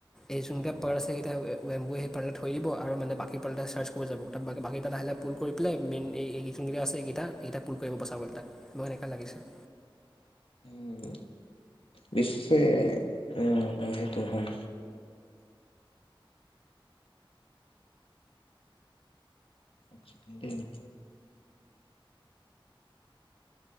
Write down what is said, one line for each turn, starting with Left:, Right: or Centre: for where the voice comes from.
Centre: এই যোনকটা পাৰ আছে হেতেকা বাঁহ পানীত থৈ দিব আৰু মানে বাকী পাল্টা ছাৰ্চ কৰি যাব। বাকী পেলাই হ'লে, পুল কৰি পেলাই মেইন হেৰি খিনি যি আছে, সেইখিনি পুল কৰিবলৈ বচাব তাক। মই এনেকে লাগিছে।
Left: উম', বিশে হে সেইটো হয়। উম',